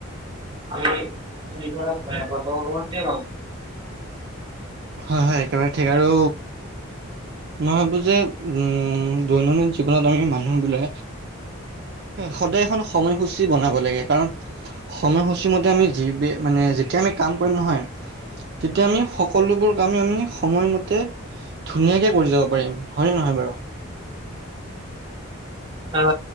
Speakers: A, on the right; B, on the right.
A: আমি <unintelligible>
B: হয়, হয়। একেবাৰে ঠিক আৰু মই ভাবোঁ যে উম দৈনন্দিন জীৱনত আমি মানুহ বোলে সদায় এখন সময়সূচী বনাব লাগে, কাৰণ সময়সূচী মতে আমি যি বি মানে যেতিয়া আমি কাম কৰিম নহয়। তেতিয়া আমি সকলোবোৰ কামে আমি সময়মতে ধুনীয়াকে কৰি যাব পাৰিম। হয় নে নহয় বাৰু?
A: হয়,